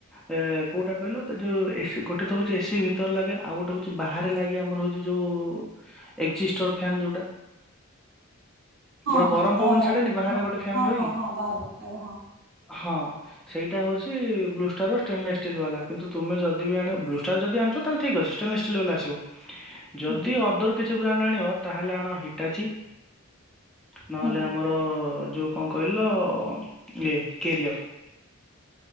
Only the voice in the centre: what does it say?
ଏ କୋଉଟା କହିଲ ଯୋଉ ଏ ଗୋଟେ ତ ହଉଛି ଏସିି ଭିତରେ ଲାଗେ ଆଉ ଗୋଟେ ହଉଛି ବାହାରେ ଲାଗେ ଆମର ହଉଛି। ଯୋଉ ଏକ୍ଜିଷ୍ଟର ଫ୍ୟାନ ଯୋଉଟା।
ଗୋଟେ
ଗରମ
ପବନ ଛାଡେନି ବାହାରେ
ଗୋଟେ ଫ୍ୟାନ
ରହିକି
ହଁ ସେଇଟା ହଉଛି ବ୍ଲୁଷ୍ଟାର ଓ ଷ୍ଟେନଲେସ୍ ଷ୍ଟିଲ୍ ବାଲା କିନ୍ତୁ ତୁମେ ଯଦି ବି ଆଣିବ ବ୍ଲୁଷ୍ଟାର ଯଦି ଆଣୁଛ ତାହେଲେ ଠିକ ଅଛି। ଷ୍ଟିଲ ବାଲା ଆସିବ ଯଦି
ଅଦର କିଛି ବ୍ରାଣ୍ଡ ଆଣିବ ତାହେଲେ ଆଣ ହିଟାଚି। ନହେଲେ
ଆମର ଯୋଉ କଣ କହିଲ ଇଏ କ୍ୟାରିଅର।